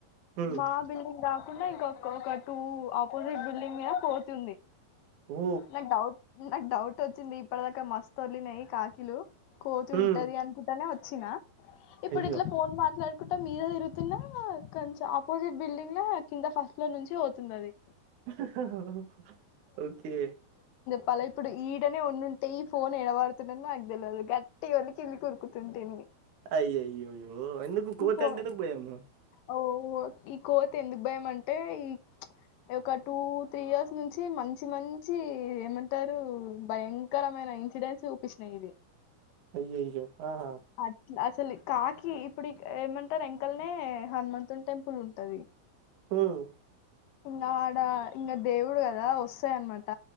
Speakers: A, on the right; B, on the left.
A: ఉమ్
B: మా బిల్డింగ్ కాదు కాకుండా ఇంకొక్క ఒక టూ ఆపోజిట్ బిల్డింగ్ మీద కోతి ఉంది
A: ఓ
B: నాకు డౌట్ నాకు డౌట్ వచ్చింది ఇప్పటిదాకా మస్తు తొర్రినాయి కాకిలు కోతి ఉంటది
A: ఉమ్
B: అనుకుంటూనే వచ్చినా ఇప్పుడు
A: అయ్యో
B: ఇట్లా ఫోన్ మాట్లాడు టే మీద తిరుగుతున్న ఆ కొంచెం ఆపోజిట్ బిల్డింగ్ లో కింద ఫస్ట్ ఫ్లోర్ నుంచి పోతుంది అది
A: హహ్ హహ్ హ ఓకే
B: వాళ్ల ఇప్పుడు ఈడనే ఉండుంటే ఫోన్ ఏడపడుతుండెనో నాకు తెలియదు గట్టిగా ఒర్రి కిందికి ఉరుకుతుంటిని
A: అయ్యయ్యో ఓ ఎందుకు కోతి
B: ఈ కో
A: అంటే ఎందుకు భయము
B: ఓ ఈ కోతి ఎందుకు భయం అంటే ఈ ఒక్క టూ త్రీ ఇయర్స్ నుంచి మంచి మంచి ఏమంటారు భయంకరమైన ఇన్సిడెంట్స్ చూపించినాయి ఇది
A: అయ్యయ్యో ఆహా
B: అట్లా అసలు కాకి ఇప్పుడు ఈ ఏమంటారు వెంకల్నే హనుమంతుని టెంపుల్ ఉంటది
A: హమ్
B: ఇంకా ఆడ ఇంకా దేవుడు కదా వస్తాయన్నమాట